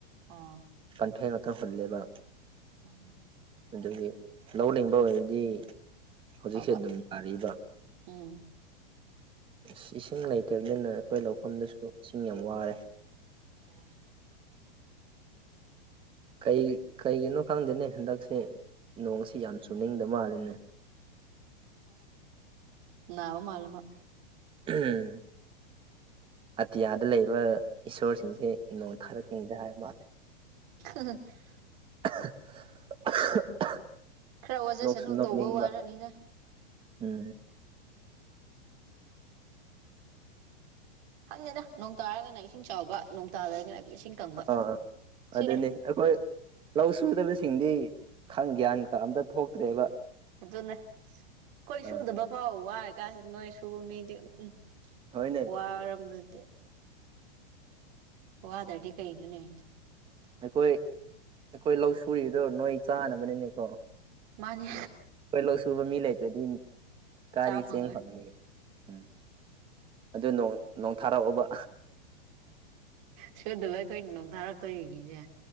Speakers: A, on the right; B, on the right.
A: ꯑꯥ
B: ꯄꯥꯝꯐꯦꯜ ꯉꯥꯛꯇꯥ ꯍꯨꯜꯂꯦꯕꯥ
A: ꯑꯡ
B: ꯑꯗꯨꯒꯤ ꯂꯧ ꯂꯤꯡꯕ ꯑꯣꯏꯔꯗꯤ ꯍꯧꯖꯤꯛꯁꯦ
A: ꯐꯕ
B: ꯑꯗꯨꯝ ꯌꯥꯔꯤꯕ
A: ꯎꯝ
B: ꯑꯁ ꯏꯁꯤꯡ ꯂꯩꯇꯕꯅꯤꯅ ꯑꯩꯈꯣꯏ ꯂꯧꯐꯝꯗꯁꯨ ꯏꯁꯤꯡ ꯌꯥꯝ ꯋꯥꯔꯦ
A: ꯑꯣ
B: ꯀꯩ ꯀꯩꯒꯤꯅꯣ ꯈꯪꯗꯦꯅꯦ ꯍꯟꯗꯛꯁꯦ ꯅꯣꯡꯁꯤ ꯌꯥꯝ ꯆꯨꯅꯤꯡꯗ ꯃꯥꯜꯂꯤꯅꯦ
A: ꯅꯥꯕ ꯃꯥꯂꯦ ꯃꯥ
B: ꯎꯝ ꯑꯇꯤꯌꯥꯗ ꯂꯩꯕ ꯏꯁꯣꯔꯁꯤꯡꯁꯦ ꯅꯣꯡ ꯊꯥꯔꯛꯀꯅꯤꯗ ꯍꯥꯏꯕ ꯃꯥꯜꯂꯦ꯫
A: <unintelligible>
B: <unintelligible>
A: ꯈꯔ ꯋꯥꯖꯁꯅꯨ
B: ꯅꯣꯛꯁꯨ ꯅꯣꯛꯅꯤꯡꯕ
A: ꯇꯧꯕ ꯋꯥꯔꯅꯤꯅ꯫
B: ꯎꯝ
A: ꯈꯪꯗꯦꯗ ꯅꯣꯡ ꯇꯥꯔꯒꯅ ꯏꯁꯤꯡ ꯆꯥꯎꯕ ꯅꯣꯡ ꯇꯥꯗ꯭ꯔꯒꯅ ꯏꯁꯤꯡ ꯀꯪꯕ
B: ꯑꯥ
A: ꯁꯤꯅꯦ꯫
B: ꯑꯗꯨꯅꯦ ꯑꯩꯈꯣꯏ ꯂꯧ ꯁꯨꯗꯕꯁꯤꯡꯗꯤ ꯈꯪ ꯒ꯭ꯌꯥꯟ ꯀ- ꯑꯝꯇ ꯊꯣꯛꯇ꯭ꯔꯦꯕ꯫
A: ꯑꯗꯨꯅꯦ ꯑꯩꯈꯣꯏ ꯁꯨꯗꯕ
B: ꯑꯥ
A: ꯐꯥꯎ ꯋꯥꯔꯀꯥꯟꯁꯤꯗ ꯅꯣꯏ ꯁꯨꯕ ꯃꯤꯗꯤ ꯎꯝ꯫
B: ꯍꯣꯏꯅꯦ
A: ꯋꯥꯔꯝꯕꯗꯤ ꯋꯥꯗꯥꯗꯤ ꯀꯩꯅꯣꯅꯦ꯫
B: ꯑꯩꯈꯣꯏ -ꯑꯩꯈꯣꯏ ꯂꯧ ꯁꯨꯔꯤꯗꯣ ꯅꯣꯏ ꯆꯥꯅꯕꯅꯤꯅꯦꯀꯣ꯫
A: ꯃꯥꯅꯤ
B: ꯑꯩꯈꯣꯏ ꯂꯧ ꯁꯨꯕ ꯃꯤ ꯂꯩꯇ꯭ꯔꯗꯤ ꯀꯥꯏꯗꯩꯩ
A: ꯆꯥ ꯐꯪꯉꯣꯏ
B: ꯆꯦꯡ ꯐꯦꯅꯤ ꯎꯝ꯫ ꯑꯗꯨ ꯅꯣꯡ ꯅꯣꯡ ꯊꯥꯔꯛꯑꯣꯕ
A: ꯁꯨꯗꯕ ꯑꯩꯈꯣꯏ ꯅꯣꯡꯊꯥꯔꯛꯇꯣꯏꯅꯤꯅꯦ